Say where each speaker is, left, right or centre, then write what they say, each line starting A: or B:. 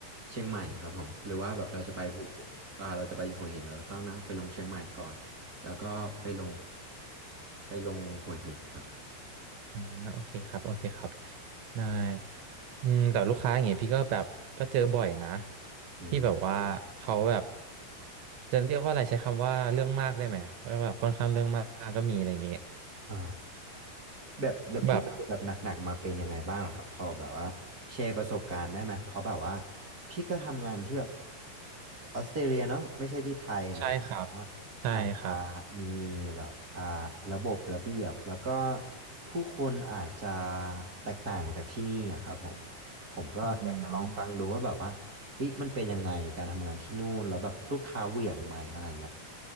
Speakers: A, on the right (about 25°); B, on the right (about 75°).
A: เชียงใหม่ครับผมหรือว่าแบบเราจะไปภูเก็ตอ่าเราจะไปหัวหินเราก็ต้องนั่งไปลงเชียงใหม่ก่อนแล้วก็ไปลงไปลงหัวหินครับ
B: อ่าโอเคครับโอเคครับได้อืมแต่ลูกค้าอย่างเงี้ยพี่ก็แบบก็เจอบ่อยนะ
A: อืม
B: ที่แบบว่าเขาแบบจะเรียกว่าอะไรใช้คำว่าเรื่องมากได้ไหมก็แบบค่อนข้างเรื่องมากก็มีอะไรอย่างเงี้ย
A: อ่า แบบแล้วพี่เจอแบบหนักๆมาเป็นยังไงบ้างเหรอครับพอแบบว่าแชร์ประสบการณ์ได้ไหมเพราะแบบว่า
B: แบบ
A: พี่ก็ทำงานที่แบบออสเตรเลียเนาะไม่ใช่ที่ไทยมันก็ว่าอาจจะ
B: ใช่ครับใช่ครับ
A: มีแบบอ่าระบบระเบียบแล้วก็ผู้คนอาจจะแตกต่างจากที่นี่อะครับผมผมก็อยากจะลองฟังดูว่าแบบว่าเฮ้ยมันเป็นยังไงการทำงานที่นู่นแล้วแบบลูกค้าเหวี่ยงไหมอะไรเงี้ย
B: อืม